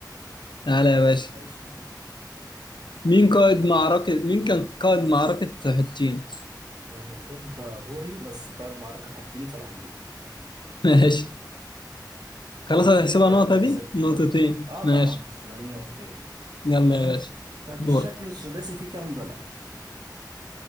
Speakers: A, on the left; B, on the right.
A: تعالى يا باشا
B: ماشي
A: مين قائد معركة مين كان قائد معركة حطين
B: هو المفروض ده دوري بس قائد معركة حطين صلاح الدين
A: <laughs> ماشي خلاص
B: ماشي
A: هتحسبها نقطة
B: آه، تتحسب
A: دي
B: لي
A: نقطتين
B: اه
A: ماشي
B: طبعا هحسبها لنا نقطتين
A: يلا
B: تمام
A: يا باشا
B: طب
A: دور
B: الشكل السداسي فيه كام ضلع؟